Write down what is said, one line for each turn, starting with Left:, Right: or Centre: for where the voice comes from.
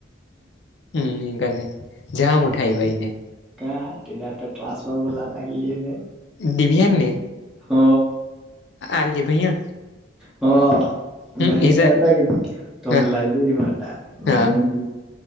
Left: હમ એને જામ ઉઠાય ભાઈને.
Centre: ક તિના તો ક્લાસો બોલા લાગીને.
Left: દડીભિયાન ને.
Centre: હ.
Left: આલીલે ભૈયા.
Centre: હા
Left: હમ
Centre: મે ન
Left: ઈઝર
Centre: હતા કે નહી તોમે
Left: હા
Centre: લાઈક. પેરી મા મેનડ
Left: હા